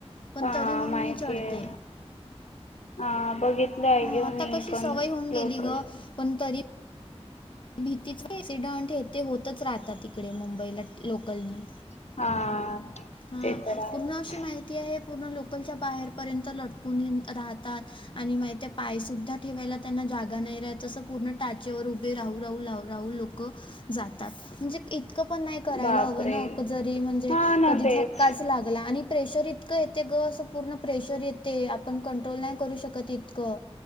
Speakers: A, on the left (about 50°); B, on the left (about 85°).
A: पण
B: हा
A: तरी मग
B: माहिती
A: मी चढते.
B: आहे हा बघितलंय
A: हां,
B: ग
A: आता
B: मी
A: कशी
B: पण
A: सवय होऊन गेली
B: लोकल.
A: पण तरी भीतीचे एक्सिडंट ते होतच राहतात तिकडे मुंबईला लोकलनी.
B: हा.
A: हा
B: ते तर आहेच
A: पूर्ण अशी माहिती आहे लोकलच्या बाहेरपर्यंत लटकून ये राहतात. आणि माहिती आहे पाय सुुद्धा ठेवायला त्यांना जागा नाही राहत तसं पूर्ण टाचेवर राहू, राहू लाह राहू लोकं जातात म्हणजे इतकं इतकं पण नाही करायला
B: बापरे
A: हवं ना जरी म्हणजे
B: हा ना
A: कधी
B: तेच
A: धक्काच आणि प्रेशर इतकं इतकं येते पूर्ण प्रेशर येते आपण कंट्रोल नाही करू इतकं.